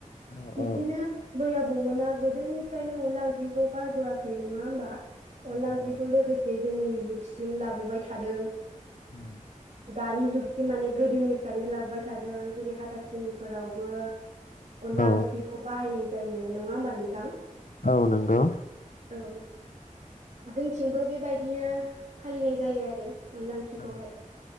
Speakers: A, on the left; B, on the right.
A: औ औ
B: बिबदिनो बैयाब बौमोना गोदोनिफ्रायनो अनला ओंख्रिखौ गारबोआखै नङा होमबा अनला
A: औ
B: ओंख्रिखौ लोगोसे जोंनि जुगसिम लाबोबाय थादों
A: <unintelligible>
B: दानि जुगसिम माने गोदोनिफ्रायनो लाबोबाय थादों जेरै हाथासुनिफोरावबो अनला
A: औ
B: ओंख्रिखौ बाहायनाय जायो नङा होमबा नोंथां
A: औ नोंगौ
B: औ जोंथिंबो बेबायदिनो फालिनाय जायो आरो अनला ओंख्रिखौहाय
A: <unintelligible> औ